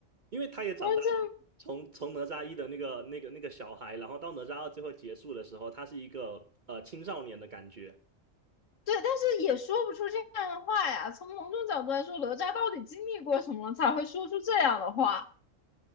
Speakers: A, on the right; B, on the left.
A: 因为他也长大了嘛。
B: 完全
A: 从从哪吒一的那个那个那个小孩，然后到哪吒二最后结束的时候，他是一个呃青少年的感觉，
B: 对，但是也说不出这样的话呀。从某种角度来说，哪吒到底经历过什么了才会说出这样的话？